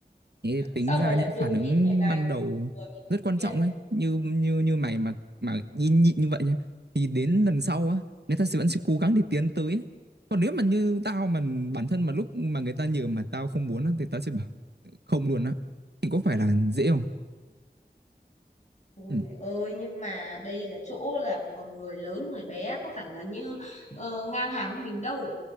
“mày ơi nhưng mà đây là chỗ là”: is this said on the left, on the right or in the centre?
Left